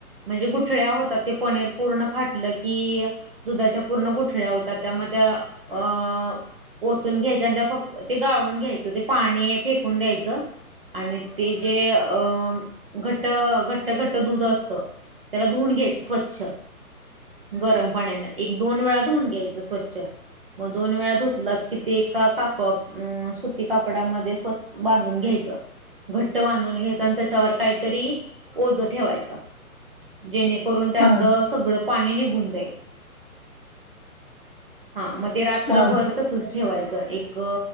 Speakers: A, on the right; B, on the left.
A: म्हणजे गु गुठळ्या होतात ते पनीर पूर्ण फाटलं की दुधाच्या पूर्ण गुठळ्या होतात त्यामुळे त्या अ ओतून घ्यायच्या आणि त्या फक्त ते गाळून घ्यायचं ते पाणी फेकून द्यायचं आणि ते जे अ घठ्ठ घठ्ठ घठ्ठ घठ्ठ दूध असतं त्याला धूवून घ्यायच स्वच्छ गरम पाण्याने एक दोन वेळा धून घ्यायचं स्वच्छ मग दोन वेळा धुतलात किती ताक आपोआप अ सुती कापड्यामध्येच परत बांधून घ्यायच, घट्ट बांधून घ्यायचं आणि त्याच्यावर काहीतरी ओझ ठेवायच जेणेकरून त्यातलं
B: हा हा
A: सगळं पा पाणी निघून जाईल. हा म ते रात्रभर
B: हा
A: तसच ठेवायचं एक